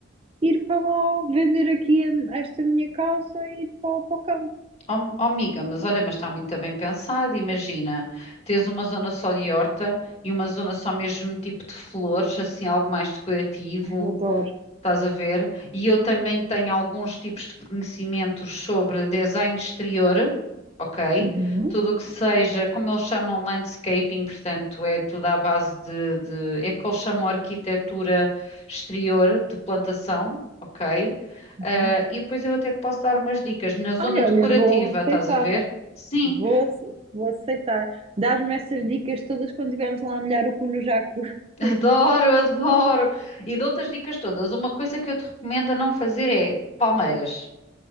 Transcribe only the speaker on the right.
ir para lá, vender aqui a- esta minha casa e ir para, para o campo.
Ai, adoro.
Uhum,
uhum.
Ai,
olha, vou aceitar.
Vou, ace- vou aceitar. Dás-me essas dicas todas quando estivermos lá a molhar o cu no jaco. <laughs>